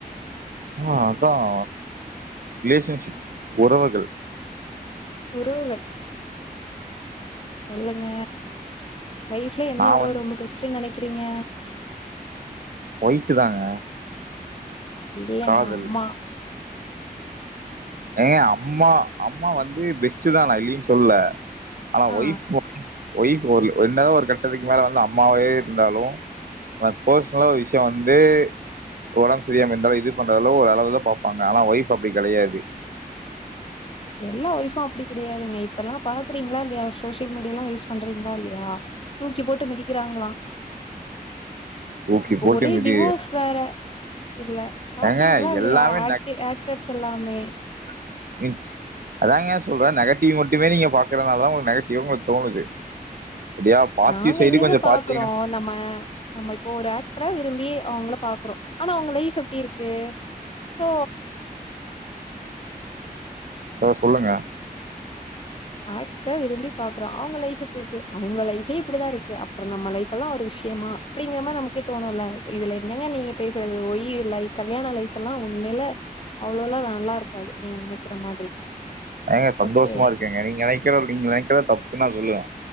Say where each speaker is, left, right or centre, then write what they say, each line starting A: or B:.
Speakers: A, on the right; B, on the left.
A: ஆ அதான் ரிலேஷன்ஷிப் உறவுகள்
B: உறவுங்கள் சொல்லுங்க லைஃப்ல என்ன
A: நா
B: உறவு
A: வந்து
B: ரொம்ப பெஸ்ட்ன்னு நினைக்கிறீங்க
A: ஒய்ஃப் தாங்க
B: இல்லங்க
A: காதல்
B: அம்மா
A: ஏ அம்மா அம்மா வந்து பெஸ்ட் தா நா இல்லின்னு சொல்ல ஆனா
B: ஆ
A: ஒய்ப் ஒயஃப் என்னதான் ஒரு கட்டத்துக்கு மேல வந்து அம்மாவே இருந்தாலு ந பெர்சனலா ஒரு விஷய வந்து உடம்பு சரியாம இருந்தாலும் இது பண்றதுல ஒரு அளவுல தா பாப்பாங்க ஆனா ஒயஃப் அப்படி கடையாது
B: எல்லா ஒய்ஃப்ம் அப்படி கடையாதுங்க இப்பெல்லா பாக்குறீங்களா இந்த சோசியல்ீடிய எல்லா யூஸ் பண்றீங்களா இல்லையா தூக்கி போட்டு மிதிக்கிறாங்களா
A: தூக்கி
B: இப்ப
A: போட்டு
B: ஒரே
A: மிதி
B: டிவோர்ஸ் வேற இதுல பாத்தீங்களா
A: ஏங்க
B: இல்லையா
A: எல்லாமே
B: ஆக் ஆக்டர்ஸ் எல்லாமே
A: <unintelligible> அதான்ங்க சொல்ற நெகட்டிவ் மட்டுமே நீங்க பாக்கறதுனால தா உங்களுக்கு நெகட்டிவ் தோணுது சரியா பாசிட்டிவ்
B: நாங்க
A: சைடு
B: எங்கெங்க
A: கொஞ்சோ
B: பாக்குறோ
A: பாத்தீங்கன்னா
B: நம்ம நம்ம இப்போ ஒரு ஆக்டரா விரும்பி அவங்கள பாக்குறோ ஆனா அவங்க லைஃப் எப்டி இருக்கு சோ
A: சோ சொல்லுங்க
B: ஆக விரும்பி பாக்குறோ அவங்க லைஃப் எப்படி இருக்கு அவங்க லைபே இப்படிதான் இருக்கு அப்புறம் நம்ம லைப் எல்லா ஒரு விஷய விஷயமா அப்படிங்க மாதிரி நமக்கே தோணும் இதுல என்னங்க நீங்க பேசுறது ஒய் யர் லைக் கல்யாண லைஃப் எல்லா ஒன்னு மேல அவ்வளவுல்லா நல்லா இருக்காது நீங்க நினைக்கிற மாதிரி
A: ஏங்க சந்தோஷமா
B: ஓகே
A: இருக்கங்க நீங்க நினைக்கற நீங்க நினைக்கிறத தப்புன்னா நா சொல்லுவே